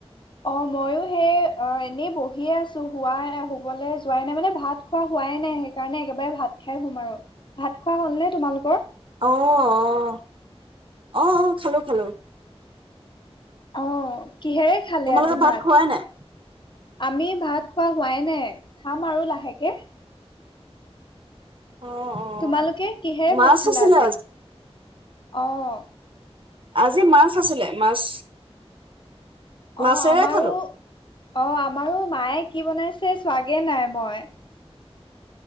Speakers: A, on the left; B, on the right.
A: অ মইো সেই অ এনেই বহিয়ে আছো হোৱা শুবলৈ যোৱাই নাই মানে ভাত খোৱা হোৱাই নাই সেইকাৰণে একেবাৰে ভাত খাই শুম আৰু ভাত খোৱা হলনে তোমালোকৰ
B: আহ আহ আহ আহ খালো খালো
A: অ' কিহেৰে খালে
B: তোমালোকে
A: আজি ভাত
B: খোৱাই নাই?
A: আমি ভাত খোৱা হোৱাই নে খাম আৰু লাহেকে,
B: অ অ
A: তোমালোকে কিহেৰে
B: মাছ
A: ভাত খালা
B: আছিলে
A: আজি অ'
B: আজি মাছ আছিলে মাছ মাছেৰে
A: অ' আমাৰো
B: খালো।
A: অ আমাৰো মায়ে কি বনাইছে চাৱোগে নাই মই